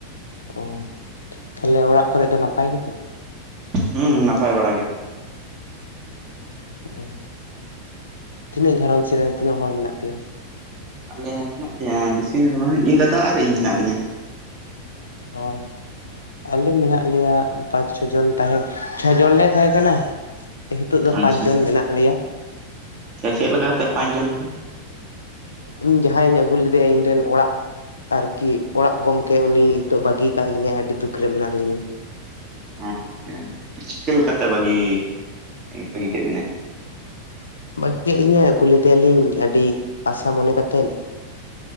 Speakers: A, on the left; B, on the right.
A: ᱚ᱾ ᱛᱟᱦᱚᱞᱮ ᱚᱲᱟᱜ ᱠᱚᱨᱮᱫ ᱫᱚ ᱱᱟᱯᱟᱭ ᱜᱮᱛᱚ?
B: ᱦᱩᱸ ᱱᱟᱯᱟᱭ ᱵᱟᱲᱟ ᱜᱮ᱾
A: ᱚ᱾ ᱛᱤᱱᱟᱹᱜ ᱜᱷᱟᱨᱚᱸᱧ ᱨᱮ ᱛᱤᱱᱟᱹᱜ ᱦᱚᱲ ᱢᱮᱱᱟᱜ ᱯᱮᱭᱟ?
B: ᱟᱞᱮ ᱦᱮᱱᱟᱜ ᱞᱮᱭᱟ ᱵᱮᱥᱤ ᱫᱚ ᱵᱟᱝ ᱤᱧ ᱫᱟᱫᱟ ᱟᱨ ᱤᱧ ᱦᱮᱱᱟᱜ ᱞᱤᱧᱟ᱾
A: ᱚ᱾ ᱟᱞᱮ ᱢᱮᱱᱟᱜ ᱞᱮᱭᱟ ᱯᱟᱸᱪ ᱪᱷᱚ ᱡᱚᱱ ᱛᱟᱦᱮᱸ ᱪᱷᱚ ᱡᱚᱱ ᱞᱮ ᱛᱟᱦᱮᱸ ᱠᱟᱱᱟ᱾ ᱦᱤᱛᱚᱜ ᱫᱚ
B: ᱟᱪᱪᱷᱟ
A: ᱯᱟᱸᱪ ᱡᱚᱱ ᱢᱮᱱᱟᱜ ᱞᱮᱭᱟ᱾
B: ᱟᱪᱪᱷᱟ᱾ ᱪᱮᱫ ᱞᱮᱠᱟ ᱠᱟᱛᱮ ᱯᱟᱸᱪ ᱡᱚᱱ ᱱᱟᱯᱮ?
A: ᱤᱧ ᱡᱟᱦᱟᱸᱧ ᱟᱹᱜᱩ ᱞᱮᱫᱮᱭᱟ ᱤᱧ ᱨᱮᱱ ᱚᱲᱟᱜ ᱟᱨᱠᱤ ᱚᱲᱟᱜ ᱜᱚᱢᱠᱮ ᱩᱱᱤ ᱦᱤᱛᱚᱜ ᱵᱟᱹᱜᱤ ᱟᱠᱟᱫ ᱞᱤᱧᱟᱭ ᱟᱹᱰᱤ ᱫᱩᱠ ᱨᱮ ᱢᱮᱱᱟᱜ ᱞᱤᱧᱟ᱾
B: ᱟᱪᱪᱷᱟ, ᱪᱤᱠᱟᱹ ᱞᱮᱠᱟᱛᱮ ᱵᱟᱹᱜᱤ ᱵᱟᱹᱜᱤ ᱠᱮᱫ ᱵᱮᱤᱱᱟᱹ?
A: ᱵᱷᱟᱹᱜᱤ ᱠᱮᱫ ᱞᱤᱧᱟᱭ ᱟᱹᱜᱩ ᱞᱮᱫᱮᱭᱟᱞᱤᱧ ᱟᱹᱰᱤ ᱟᱥᱟ ᱢᱚᱱᱮ ᱠᱟᱛᱮᱱ᱾